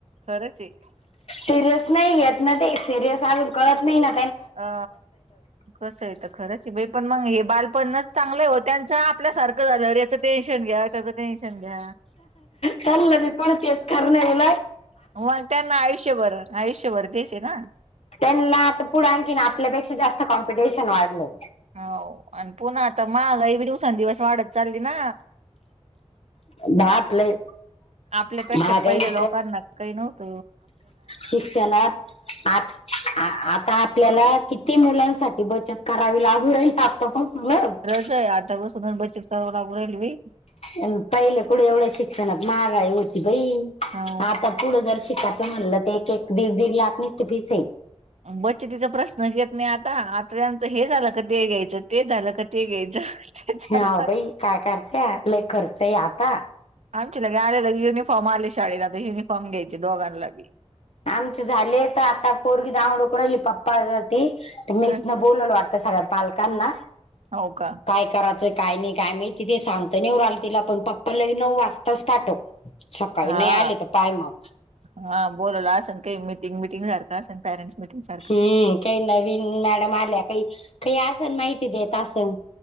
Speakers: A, on the right; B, on the left.
A: खरंच आहे
B: सिरियस नाही येत ना ते सिरियस अजून कळत नाही न
A: अ कस आहे तर खरंच आहे बा पण मग हे बालपणच चांगलं हो त्यांचं आपल्यासारखं झाल्यावर याचं टेन्शन घ्या त्याचं टेन्शन घ्या
B: चाललं ती पण तेच करणे मुल
A: मग त्यांना आयुष्यभर आयुष्यभर दिसे ना
B: त्यांना आता पुढं आणखीन आपल्यापेक्षा जास्त कॉम्पिटिशन वाढलं
A: हो आणि पुन्हा आता मगही बी दिवसांंदिवस वाढत चालली ना
B: बाप लय
A: आपल्यापेक्षा
B: महागाई
A: पहिल्या लोकांना काही नव्हत
B: शिक्षला आ आता आपल्याला किती मुलांसाठी बचत करावी लागू राहील आतापसूनच
A: आ स बैच सवलाेल्वी
B: पहिले कुढे एवढे शिक्षण महागाय होती बाई
A: हो
B: आता पुढं जर शिक म्हणलं तर एक एक दीड दीड लाख मसते फीस आहे
A: बच्च तिचा प्रश्नच येत नाही आता आता त्यांचं हे झालं का ते घ्यायचं ते झालं का ते घ्यायचं ते झालं
B: हा बाई काय करते ल खर्च आता
A: आमच्या लगे आलेलं युनिफॉर्म आले शाळेला तर युनिफॉर्म घ्यायचे दोघांनागी
B: आमचे झाले तर आता पोरगी दडोकर राहिली पप्पा त मेस
A: हम्म
B: न बोलून वाटतं सगळ्या पालकांना
A: हो का
B: काय करायचं काय नाही काय माहिती ते सांगत नाही उ रा आल तिला पण पप्पा लग नऊ वाजताच पाठव सकाळी
A: हा
B: नाही आले तर पाय मग
A: हा बोलला असं काही मिीटिंग मिटिंग सारखं असे पॅरेंट्स मिटिंग सारखं
B: हम्म काही नवीन मॅडम आल्या काही काही असल माहिती देत असन